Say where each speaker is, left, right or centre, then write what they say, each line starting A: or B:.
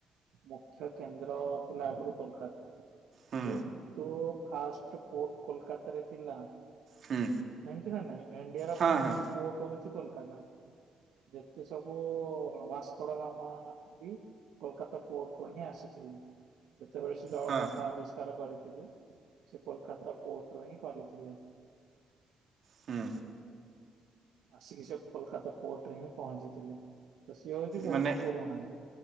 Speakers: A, on the right; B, on the right.
A: ମୁଖ୍ୟ କେନ୍ଦ୍ରଥିଲା, ଆଗରୁ କୋଲକାତା ।
B: ହୁଁ
A: ଯେହେତୁ, ଫାଷ୍ଟ ପୋଟ କୋଲକାତାରେ ଥିଲା ।
B: ହୁଁ
A: ଜାଣିଛୁ ନା ନାଇଁ, ଇଣ୍ଡିଆର
B: ହଁ
A: ଫାଷ୍ଟ
B: ହଁ
A: ପୋର୍ଟ ହଉଛି କୋଲକାତା । ଯେତେ ସବୁ ଭାସ୍କର ଗାମ ବି କୋଲକାତା କୋର୍ଟରୁୁ ହିଁ ଆସିଥିଲି, ଯେତେବେଳେ ସେ ଜଳପଥା
B: ହଁ
A: ଆବିଷ୍କାର କରିଥିଲୁ। ସେ କୋଲକାତା ପୋର୍ଟରୁ ହିଁ କରିଥିଲେ ।
B: ହୁଁ
A: ଆସିକି ସେ କୋଲକାତା ପୋର୍ଟ ରେ ହିଁ ପହଞ୍ଚିଥିଲେ ତ ସିଏ ହଉଛି ବହୁତ
B: ମାନେ
A: ପୁରୁଣା